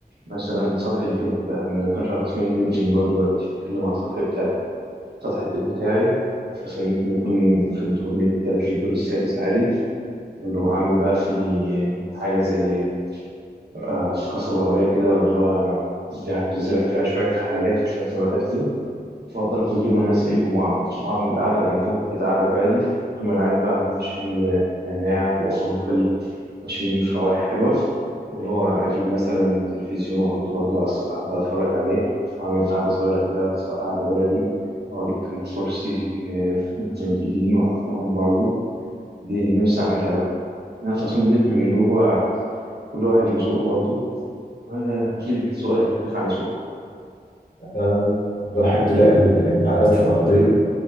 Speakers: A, on the right; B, on the left.
A: مثلا سطح البيت بقى ما بتكلمش على تصميم البيت من جوه دلوقتي بتكلم على السطح بتاعي سطح البيت بتاعي مثلا يمكن يكون في الدور من التالت للدور السادس عادي وإنه أعمل بقى فيه حاجة زي آه، قصبة هوائية كده ولا هو اللي بتزرع فيها شوية حاجات وشوية نباتات كده وأفضل كل يوم أنا أسقيهم وأع- وأعمل قعدة جنبهم كده قعدة بعيدة طول ما أنا قاعد بقى عمال أشم نعناع وقرنفل وأشم في روائح حلوة واللي هو أجيب مثلا تلفزيون وأحطه برضه على السطح أبدأ أتفرج عليه وأعمل قعدة صغيرة كده سواء قعدة بلدي أو أجيب كام كرسي متنجدين وأحطهم برضه دي نفسي أعملها أوي أنا تصميم البيت من جوه كل واحد وذوقه برضه وأنا أكيد ذوقي هيختلف عن ذوقه
B: أنا بحب لا ال- النعلات الأرضية